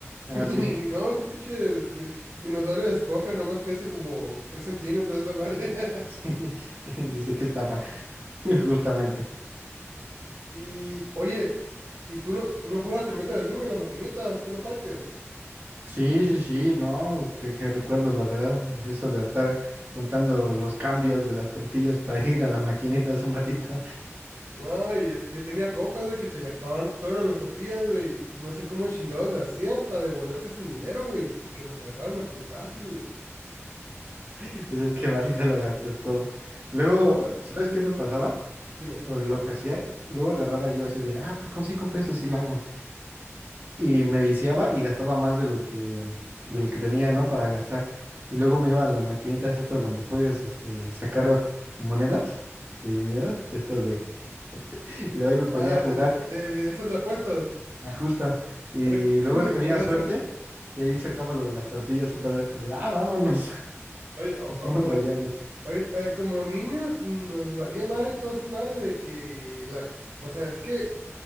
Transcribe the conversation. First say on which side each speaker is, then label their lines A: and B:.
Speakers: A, on the right; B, on the right.
A: <laughs>
B: ah, sí.
A: Y no,
B: <laughs>
A: ese pinche de- dinosaurio de esponja nomás crece como 3 centímetros esa madre. <laughs>
B: Sí. Dice que estafa, <laughs> justamente.
A: Y, oye, ¿y tú no, no jugabas el Metal Slug en las maquinitas, que no Fighter?
B: Sí, sí, sí, no, qué, qué recuerdos, la verdad, eso de estar juntando los cambios de las tortillas para ir a las maquinitas un ratito,
A: No, y yo, yo tenía compas, güey, que se gastaban todas las tortillas, güey, y no sé cómo chingados le hacían para devolverse sin dinero, güey, y que los agarraran de putazos, güey.
B: <laughs> pues es que vas y te lo gastas todo. Luego, ¿sabes qué me pasaba?
A: Dime.
B: O lo que hacía, luego agarraba yo así de, ah, pues con cinco pesos sí la hago. Y me viciaba y gastaba más de lo que, de lo que tenía, ¿no? Para gastar. Y luego me iba a las maquinitas estas donde podías, este, sacar monedas de dinero, de estas de... <laughs> Y luego ahí me
A: Ah,
B: ponía a jugar.
A: de, de, de- de esas de apuestas.
B: ajusta Y
A: Recu <laughs>
B: luego tenía
A: recuperación.
B: suerte y ahí sacaba lo de las tortillas otra vez, como de, ah, vámonos, <laughs>
A: Oye, o-
B: nos
A: o-
B: fuimos rayados.
A: o- ahorita, eh, como niños nos valía madre todas esas madres de que la... O sea, es que